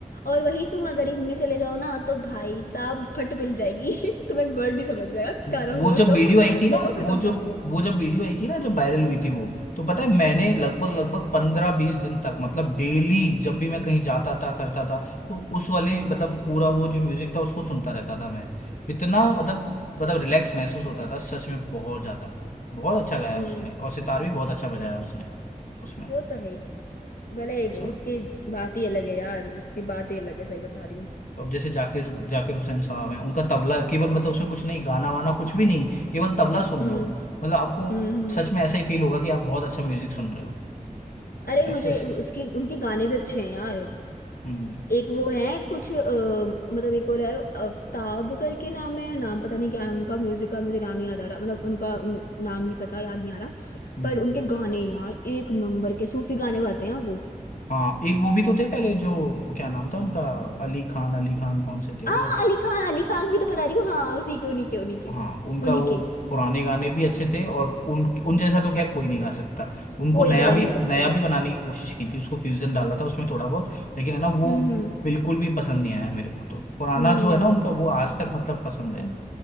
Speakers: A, on the left; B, on the left.
A: और वही तुम अगर इनमें चले जाओ ना तो भाई साहब फट मिल जाएगी <laughs> तुम्हें एक वर्ड नहीं समझ में आएगा
B: वो
A: गाना हुआ
B: जब
A: कब
B: वीडियो
A: वो
B: आई
A: स्टार्ट
B: थी ना
A: कब हुआ
B: वो
A: खत्म
B: जो
A: कब हुआ
B: वो जब वीडियो आई थी ना जब वायरल हुई थी वो तो पता है मैंने लगभग लगभग पंद्रह बीस दिन तक मतलब डेली जब भी मैं कहीं जाता था करता था तो उस वाले मतलब पूरा वो जो म्यूजिक था उसको सुनता रहता था मैं इतना मतलब मतलब रिलैक्स महसूस होता था सच में बहुत ज्यादा बहुत अच्छा गाया
A: हम्म
B: उसने और सितार भी बहुत अच्छा बजाया उसने उसमें
A: वो तो है ही भले
B: अच्छा
A: उसकी बात ही अलग है यार उसकी बात ही अलग है सही बता रही हूँ
B: तो अब जैसे जाकिर जाकिर हुसैन साहब हैं उनका तबला केवल मतलब उसमें कुछ नहीं गाना वाना कुछ भी नहीं केवल तबला सुन
A: हम्म
B: लो मतलब आपको
A: हम्म हम्म।
B: सच में ऐसा ही फील होगा कि आप बहुत अच्छा म्यूजिक सुन रहे हो
A: अरे
B: ऐसे
A: मुझे
B: ऐसे
A: उसके उनके गाने भी अच्छे हैं यार
B: हम्म हम्म
A: एक वो है कुछ अ, मतलब एक और है आफ्ताब करके नाम है नाम पता नहीं क्या है उनका म्यूजिक का मुझे नाम नहीं याद आ रहा मतलब उनका अम, नाम नहीं पता याद नहीं आ रहा
B: हम्म।
A: पर उनके गाने यार एक नंबर के सूफी गाने गाते हैं वो
B: हाँ एक वो भी तो थे पहले जो क्या नाम था उनका अली खान अली खान कौन से थे
A: आ
B: वो
A: अली खान अली खान की तो बता रही हूँ हाँ उसी के उन्हीं के उन्हीं के
B: हाँ उनका
A: उन्हीं
B: वो
A: के
B: पुराने गाने भी अच्छे थे और उन उन जैसा तो खैर कोई नहीं गा सकता उनको
A: कोई
B: नया
A: गा
B: भी
A: नहीं सकता
B: नया भी बनाने की कोशिश की थी उसको फ्यूजन डाला था उसमें थोड़ा बहुत लेकिन है ना वो
A: हम्म हम्म
B: बिल्कुल भी पसंद नहीं आया मेरे को तो पुराना
A: हम्म
B: जो है ना उनका वो आज तक मतलब पसंद है